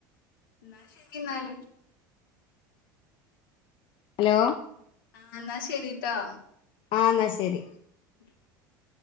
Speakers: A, on the left; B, on the left.
A: എന്നാ ശരി എന്നാലേ
B: ഹലോ
A: ആ എന്നാ ശരി ട്ടോ
B: ആ എന്നാ ശരി
A: ഉം <inaudible>